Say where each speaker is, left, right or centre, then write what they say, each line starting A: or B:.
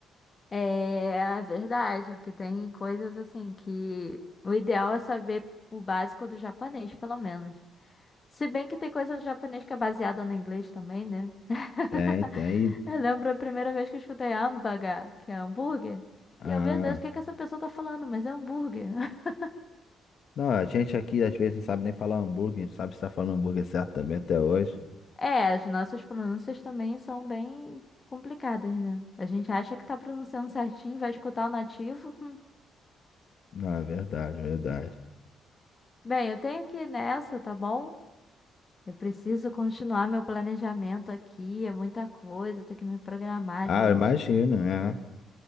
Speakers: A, on the left (about 30°); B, on the left (about 60°).
A: É, é verdade, porque tem coisas assim que o ideal é saber o básico do japonês, pelo menos. Se bem que tem coisa do japonês que é baseada no inglês também, né? <laughs>
B: Tem, tem.
A: Eu lembro a primeira vez que eu escutei hambúrguer, que é hambúrguer.
B: Ah.
A: E eu, meu Deus, o que é que essa pessoa tá falando? Mas é hambúrguer. <laughs>
B: Não, a gente aqui às vezes não sabe nem falar hambúrguer, a gente sabe se tá falando hambúrguer certo também até hoje.
A: É, as nossas pronúncias também são bem complicadas, né? A gente acha que tá pronunciando certinho, vai escutar o nativo. <laughs> hum.
B: Não, é verdade, é verdade.
A: Bem, eu tenho que ir nessa, tá bom? Eu preciso continuar meu planejamento aqui, é muita coisa, tenho que me programar
B: Ah,
A: direitinho.
B: imagina, é.